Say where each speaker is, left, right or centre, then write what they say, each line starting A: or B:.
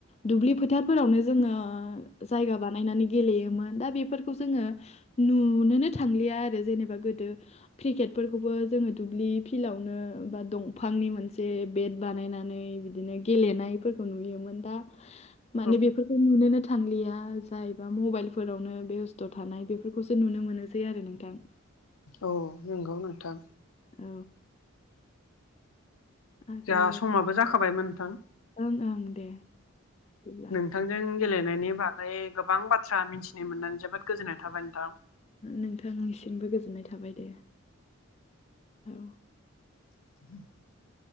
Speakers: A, on the left (about 30°); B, on the left (about 85°).
A: दुब्लि फोथारफोरावनो जोंङो जायगा बानायनानै गेलेयोमोन दा बेफोरखौ जोंङो - नुनोनो थांलिया आरो जेनेबा गोदो क्रिकेटफोरखौबो जोंङो दुब्लि फिल्डआवनो बा दंफांनि मोनसे बेट बानायनानै बिदिनो गेलेनायफोरखौ नुयोमोन दा
B: <inaudible>
A: माने बेफोरखौ नुनोनो थांलिया जायबा मबाइलफोरावनो बेस्थ' थानाय बेफोरखौसो नुनो मोनोसै आरो नोंथां।
B: औ नंगौ नोंथां।
A: औ। आरो
B: जोंहा समाबो जाखाबायमोन नोंथां।
A: ओं ओं दे बिदिब्ला।
B: नोंथांजों गेलेनायनि बागै गोबां बाथ्रा मिथिनो मोननानै जोबोद गोजोननाय थाबाय नोंथां।
A: नोंथांनिसिमबो गोजोननाय थाबाय दे औ।
B: <inaudible>